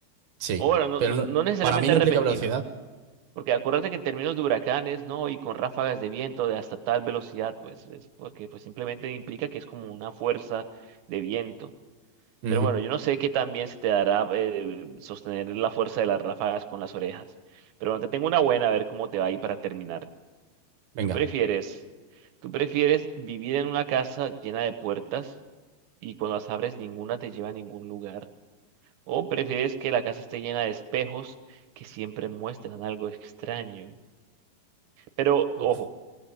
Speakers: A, on the right; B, on the right.
A: Sí,
B: o bueno, no,
A: pero
B: no,
A: no-
B: no necesariamente
A: para mí no
B: repentino.
A: implica velocidad.
B: Porque acuérdate que en términos de huracanes, ¿no? Y con ráfagas de viento de hasta tal velocidad, pues es porque pues simplemente implica que es como una fuerza de viento.
A: Ujú,
B: Pero bueno, yo no sé qué tan bien se te dará eh, sostener la fuerza de las ráfagas con las orejas. Pero bueno, te tengo una buena, a ver cómo te va ahí para terminar.
A: Venga.
B: ¿Tú prefieres, tú prefieres vivir en una casa llena de puertas y cuando las abres ninguna te lleva a ningún lugar? ¿O prefieres que la casa esté llena de espejos que siempre muestran algo extraño? Pero
A: Uf.
B: ojo,